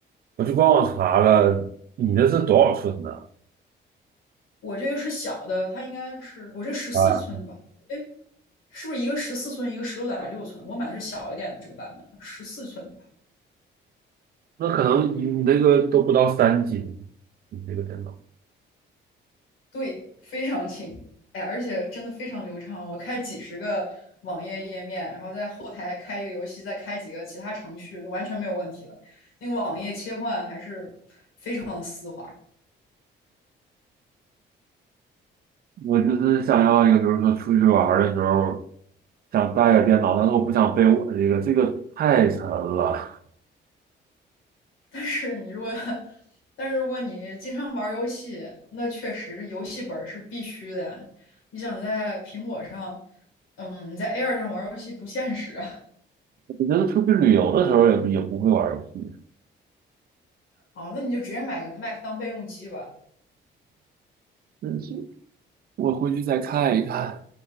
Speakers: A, on the right; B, on the left.
A: 我去官网查了，你那是多少寸的
B: 我这个是小的，它应该是我这十四寸的吧？
A: 啊？
B: 哎，是不是一个十四寸，一个十六点六寸？我买的是小一点的这个版本的，十四寸的。吧？
A: 那可能你你那个都不到三斤，你这个电脑。
B: 对，非常轻，哎，而且真的非常流畅。我开几十个网页页面，然后在后台开一个游戏，再开几个其他程序，完全没有问题的。那个网页切换还是非常丝滑。
A: 我就是想要一个，比如说出去玩儿的时候，想带个电脑，但是我不想背我这个，这个太沉了。
B: 但是你如果，<laughs> 但是如果你经常玩游戏，那确实这游戏本是必须的呀。你想在苹果上，嗯，在 Air 上玩游戏不现实啊。
A: 我觉得出去旅游的时候也不也不会玩儿游戏。
B: 哦，那你就直接买个 Mac 当备用机吧。
A: 嗯，我回去再看一看。